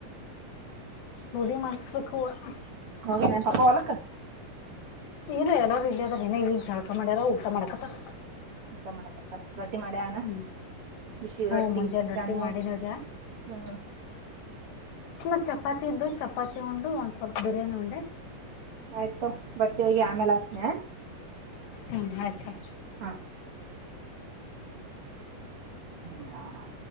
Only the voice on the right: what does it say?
ಹೋಗೆನನ್ ಪಕ್ಕ ಹೊಲಕ್
ಊಟ ಮಾಡಕತ್ಯನ ರೊಟ್ಟಿ ಮಾಡ್ಯನಾ
ಬಿಸಿ
ರೊಟ್ಟಿ
ಚಿಕನ್
ಹ್ಮ
ಆಯ್ತು ತೊ ಬಟ್ಟಿ ಹೋಗಿ ಆಮೇಲೆ ಆಕ್ತಿನಿ ಯಾ
ಹಾ ಹಂಗ <unintelligible>